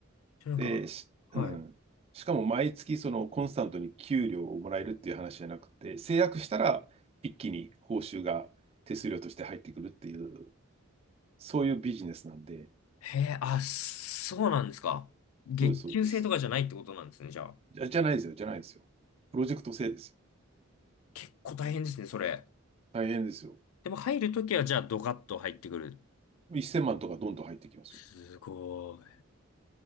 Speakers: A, on the left; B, on the right.
A: じゃなんか、
B: で、し、
A: はい。
B: うん。しかも毎月そのコンスタントに給料をもらえるっていう話じゃなくて、制約したら一気に報酬が手数料として入ってくるっていう、そういうビジネスなんで、
A: へえ、あ、そうなんですか。月給制とかじゃないってことなんですね、
B: そうです、そうです。
A: じゃあ。
B: じゃ、じゃないですよ、じゃないですよ。プロジェクト制ですよ。
A: 結構大変ですね、それ。
B: 大変ですよ。
A: でも入るときは、じゃあドカッと入ってくる。
B: 1000万とかどんどん入ってきますよ。
A: すごい。